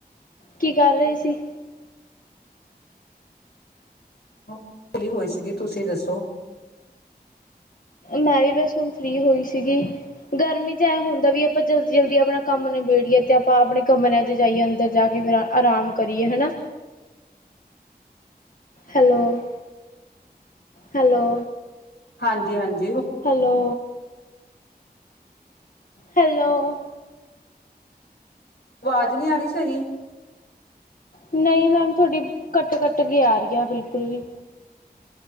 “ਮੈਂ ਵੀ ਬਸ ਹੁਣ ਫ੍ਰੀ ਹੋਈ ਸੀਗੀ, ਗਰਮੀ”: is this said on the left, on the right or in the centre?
Left